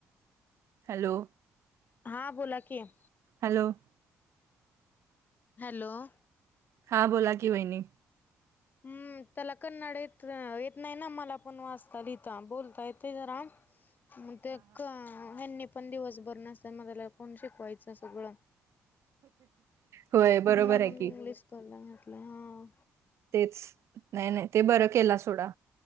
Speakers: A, on the right (about 60°); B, on the left (about 35°).
A: हॅलो
B: हा बोला की <unintelligible>
A: हॅलो <unintelligible>
B: हॅलो <unintelligible>
A: हा बोलाकी वहिनी
B: हम्म त्याला कन्नड येत येत नाही ना मला पण वाचता लिहिता बोलता येते जरा <unintelligible> <unintelligible>
A: ब्लॅक.
B: <unintelligible> मग ते का ह्यांनी पण दिवसभर नसता मग याला कोण शिकवायचं सगळं
A: होय बरोबर
B: म्हणून
A: आहे की
B: इंग्लिश स्कूल ला घेतलं. हा
A: त च नाही नाही ते बरं केला सोडा